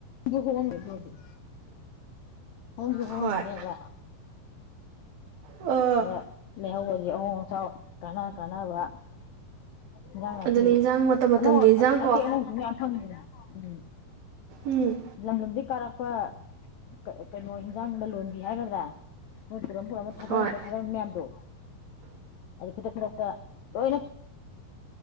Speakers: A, on the left (about 85°); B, on the right (about 75°).
A: <unintelligible> <unintelligible> ꯍꫭꯡꯗꯤ ꯍꫭꯡꯉꯝ
B: ꯍꯣꯏ
A: ꯒꯥꯅꯦꯕ
B: ꯑꯥ
A: ꯍꯌ ꯂꯩꯍꯧꯋꯦ ꯑꯍꯣꯡ ꯑꯆꯥꯎ ꯀꯅꯥ ꯀꯅ ꯑꯅꯥ ꯋꯥ ꯍꯤꯡꯖꯥꯡ ꯅꯥꯄꯤ
B: ꯑꯗꯨꯅꯦ ꯏꯟꯖꯥꯡ ꯃꯇꯝ ꯃꯇꯝꯒꯤ
A: ꯑꯅꯧ
B: ꯏꯟꯖꯥꯡ
A: ꯑꯠ ꯑ
B: ꯀꯣ
A: ꯑꯇꯦꯛ ꯑꯅꯧꯕꯁꯨ ꯃꯌꯥꯝ ꯊꯪꯉꯤꯗꯅ ꯎꯝ
B: ꯎꯝ
A: ꯂꯪ ꯂꯨꯝꯗꯩ ꯀꯥꯔꯛ ꯄ ꯀ ꯀꯩꯅꯣ ꯍꯤꯟꯖꯥꯡ ꯂꯂꯣꯟꯕꯤ ꯍꯥꯏꯒꯗ꯭ꯔꯥ ꯄꯨꯔꯝ ꯄꯨꯔꯝꯕ ꯊꯥꯗꯔꯝꯕ
B: ꯍꯣꯏ
A: ꯊꯥꯗꯔꯝꯕ ꯃꯌꯥꯝꯗꯣ ꯑꯗꯨ ꯈꯨꯗꯛ ꯈꯨꯗꯛ ꯇ ꯂꯣꯏꯅ